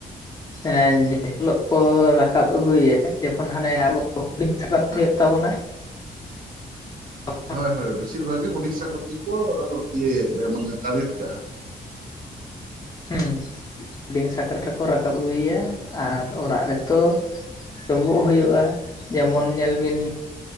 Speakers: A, on the left; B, on the right.
A: ᱮᱸ ᱡᱮ ᱦᱤᱞᱳᱜ ᱠᱚ ᱨᱟᱠᱟᱵ ᱟᱹᱜᱩᱭᱭᱟ ᱡᱚᱠᱷᱚᱱ ᱦᱟᱱᱮ ᱟᱵᱚ ᱦᱩᱰᱤᱝ ᱥᱟᱠᱨᱟᱛ
B: ᱦᱮᱸ,
A: ᱦᱩᱭᱩᱜ ᱛᱟᱵᱚᱱᱟ ᱾
B: ᱦᱳᱭ ᱦᱳᱭ, ᱵᱮᱥᱤᱨ ᱵᱷᱟᱜᱽ ᱜᱮ ᱦᱩᱰᱤᱝ ᱥᱟᱠᱨᱟᱛ ᱜᱮᱠᱚ ᱤᱭᱟᱹ ᱢᱟᱱᱮ ᱴᱟᱨᱜᱮᱴ ᱠᱟᱜᱼᱟ ᱾
A: ᱦᱮᱸ, ᱰᱩᱰᱤᱝ ᱥᱟᱠᱨᱟᱛ ᱨᱮᱠᱚ ᱨᱟᱠᱟᱵ ᱟᱹᱜᱩᱭᱮᱭᱟ ᱟᱨ ᱚᱲᱟᱜ ᱨᱮᱛᱚ ᱰᱩᱵᱩᱜ ᱦᱩᱭᱩᱜᱼᱟ ᱡᱮᱢᱚᱱ ᱧᱮᱞ ᱵᱤᱱ